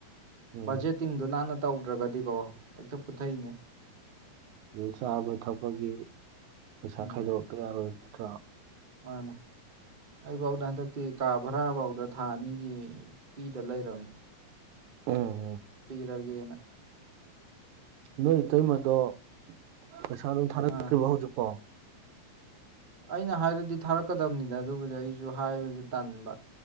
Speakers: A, on the right; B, on the right.
A: ꯎꯝ
B: ꯕꯖꯦꯠꯇꯤꯡꯗꯣ ꯅꯥꯟꯅ ꯇꯧꯗ꯭ꯔꯒꯗꯤꯀꯣ ꯍꯦꯛꯇ ꯄꯨꯊꯏꯅꯦ
A: ꯑꯩ ꯆꯥꯕ ꯊꯛꯄꯒꯤ ꯄꯩꯁꯥ
B: ꯎꯝ
A: ꯈꯥꯏꯗꯣꯔꯛꯇ ꯌꯥꯔꯣꯏ ꯅꯠꯇ꯭ꯔꯥ
B: ꯃꯥꯅꯦ ꯑꯩꯐꯧꯗ ꯍꯟꯗꯛꯇꯤ ꯀꯥ ꯚꯔꯥꯐꯧꯗ ꯊꯥ ꯑꯅꯤꯒꯤ ꯄꯤꯗ ꯂꯩꯔꯕꯅꯦ
A: ꯎꯝ ꯎꯝ
B: ꯏꯔꯒꯦꯅ
A: ꯅꯣꯏ ꯏꯇꯩꯃꯗꯣ ꯄꯩꯁꯥ ꯑꯗꯨꯝ ꯊꯥꯔꯛꯇ꯭ꯔꯤꯕꯣ
B: ꯑꯥ
A: ꯍꯧꯖꯤꯛꯐꯣ <unintelligible>
B: ꯑꯩꯅ ꯍꯥꯏꯔꯗꯤ ꯊꯥꯔꯛꯀꯗꯕꯅꯤꯗ ꯑꯗꯨꯕꯨꯗꯤ ꯑꯩꯁꯨ ꯍꯥꯏꯕꯁꯨ ꯇꯟꯕ